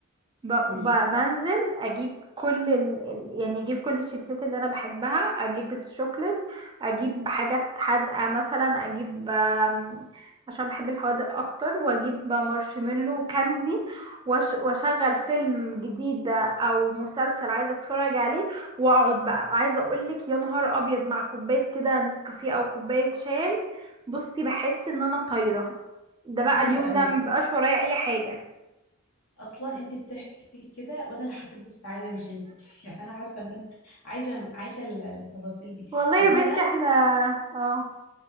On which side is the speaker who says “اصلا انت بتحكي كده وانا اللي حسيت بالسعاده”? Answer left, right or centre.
Left